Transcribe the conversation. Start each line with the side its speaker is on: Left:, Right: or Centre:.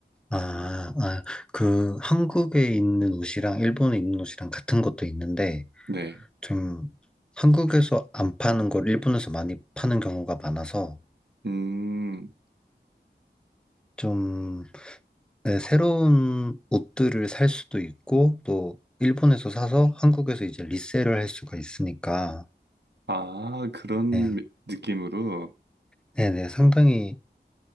Centre: 아, 아, 그 한국에 있는 옷이랑 일본에 있는 옷이랑 같은 것도 있는데,
Right: 네.
Centre: 좀 한국에서 안 파는 걸 일본에서 많이 파는 경우가 많아서
Right: 음.
Centre: 좀 네, 새로운 옷들을 살 수도 있고 또 일본에서 사서 한국에서 이제 리셀을 할 수가 있으니까
Right: 아, 그런
Centre: 네,
Right: 느낌으로.
Centre: 네, 네, 상당히